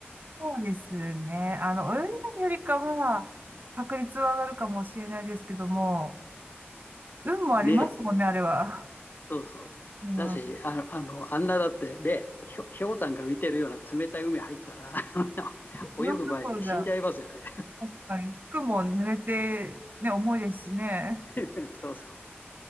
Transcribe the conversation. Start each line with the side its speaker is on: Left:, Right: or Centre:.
Right: そうですね。あの、泳ぎのよりかは、確率は上がるかもしれないですけども、運もありますもんね、
Left: で、
Right: あれは。
Left: そうそう。
Right: うん、
Left: だし、
Right: は
Left: あの、あの、あんなだって、で、ひょ氷山が浮いてるような冷たい海入ったら、<laughs> あんな泳ぐ前に死んじゃいますよね。
Right: い。泳ぐどころじゃ、確かに、服も濡れて、ね、重いですしね。
Left: <laughs> そうそ